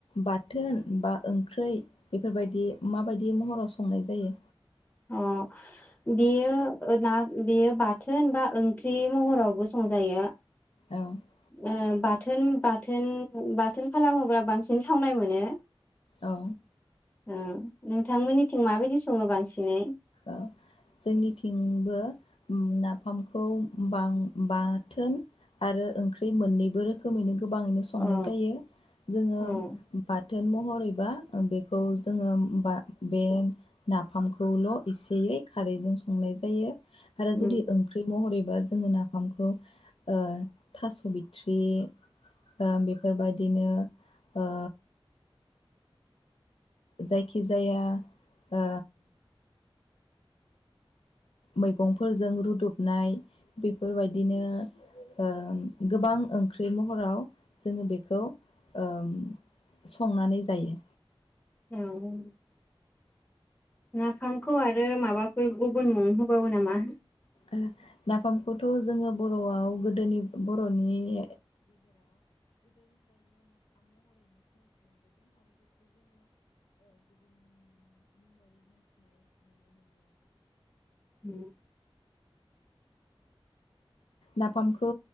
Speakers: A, on the left; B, on the left.
A: बाथोन बा ओंख्रै बेफोरबायदि माबायदि महराव संनाय जायो।
B: अ बेयो ना बेयो बाथोन बा ओंख्रि महरावबो संजायो।
A: औ
B: ओ बा थोन बाथोन बाथोन खालामोबा बांसिन थावनाय मोनो।
A: औ।
B: ओ नोंथांमोननिथिं माबायदि सङो बांसिनै?
A: ओ जोंनिथिंबो। ओम नाफामखौ बां बाथोन, आरो ओंख्रि मोननैबो रोखोमैनो गोबाङैनो संनाय
B: औ
A: जायो, जोङो
B: औ
A: बाथोन महरैबा ओ बेखौ जोङो बा बे नाफामखौल इसेयै खारैजों संनाय जायो। आरो
B: उम
A: जुदि ओंख्रै महरैबा जोङो ना नाफामखौ ओ थास बिथ्रि बा बेफोरबादिनो ओ। जायखिजाया ओ। मैगंफोरजों रुदबनाय बेफोरबायदिनो ओ गोबां ओंख्रै महराव जोङो बेखौ ओम संनानै जायो।
B: औ
A: ओ नाफामखौथ जोङो बर'आव गोदोनि बर'नि
B: ओम
A: नाफामखौ